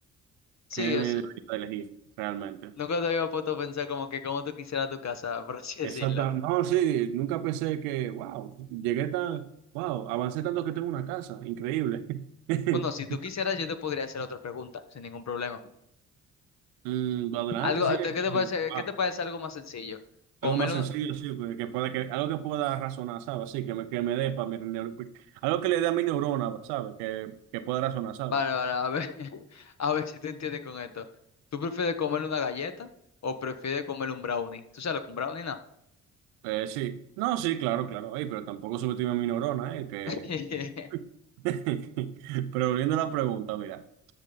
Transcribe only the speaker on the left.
Sí,
es, eh,
nunca te había puesto a pensar como que como tú quisieras tu casa, <laughs> por así decirlo.
Bueno, si tú quisieras, yo te podría hacer otra pregunta, sin ningún problema.
Algo,
¿qué
te parece,
qué te parece algo más sencillo? Comer
un...
Vale, vale, a ver, <laughs> a ver si te entiendes con esto. ¿Tú prefieres comer una galleta o prefieres comer un brownie? ¿Tú sabes lo que un brownie no?
<laughs>